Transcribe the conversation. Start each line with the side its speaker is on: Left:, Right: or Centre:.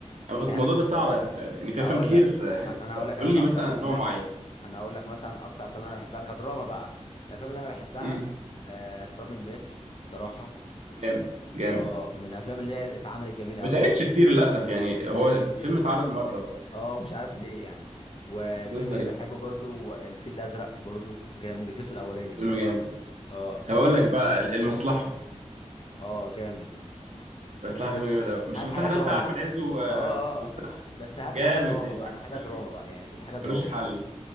Right: أو الموضوع
Left: يعني انا
Right: ده صعب على فكره يعني في
Left: هقول
Right: افلام كتير
Left: لك
Right: حلوه
Left: انا هقول
Right: طب
Left: لك انا
Right: قول
Left: من
Right: لي
Left: اكتر
Right: مثلا
Left: افلام
Right: نوع معين
Left: انا هقول لك مثلا اكتر افلام انا بحبها كدراما بقى الافلام اللي انا بحبها
Right: امم
Left: آه تراب الماس بصراحة
Right: جامد جامد
Left: اه من الافلام اللي هي اتعملت جميله
Right: ما
Left: قوي
Right: اتعرضش كتير للاسف يعني
Left: ما بيتعرضش
Right: هو
Left: كتير
Right: فيلم اتعرض مره وخلاص كده
Left: اه مش عارف ليه يعني والفيلم
Right: ناس غريب
Left: اللي بحبه برضو الفيل الازرق برضو جامد الجزء الاولاني بحبه
Right: فيلم جامد
Left: قوي اه
Right: طب اقول لك بقى ال- المصلحه
Left: اه جامد
Right: المصلحه
Left: بس
Right: فيلم جامد قوي مش
Left: هات
Right: المصلحه
Left: حاجه دراما
Right: ده بتاع احمد
Left: اه
Right: عز و...
Left: اه
Right: والسقا
Left: آه. بس هات
Right: جامد
Left: لي حاجه دراما
Right: يعني
Left: بقى حاجه
Right: فيلم
Left: دراما بقى يعني تبقى حاجه دراما
Right: ملوش حل